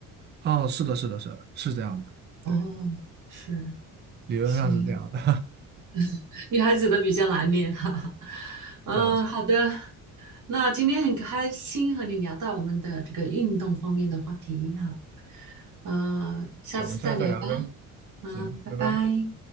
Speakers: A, on the right; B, on the right.
A: 哦，是的，是的，是的，是这样的，
B: 哦，
A: 对，
B: 是，
A: 理论上是这样的，
B: 行，<laughs> 女孩子的比较难念，<laughs> 哈哈。
A: <laughs>
B: 嗯，
A: 是啊，是啊
B: 好的，那今天很开心和你聊到我们的这个运动方面的话题哈，呃，下次再聊吧，
A: 对我们下次再聊呗，
B: 嗯，
A: 行，
B: 拜拜。
A: 拜拜。